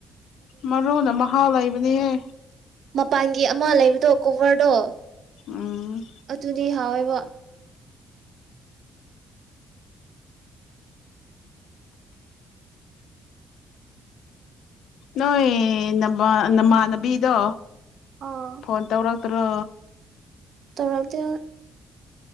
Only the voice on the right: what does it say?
ꯎ ꯄꯥꯟꯒꯤ ꯑꯃ ꯂꯩꯕꯗꯣ ꯀꯣꯚꯔꯗꯣ
ꯑꯗꯨꯗꯤ ꯍꯥꯎꯋꯦꯕ
ꯑꯥ
ꯇꯔꯛꯗꯤ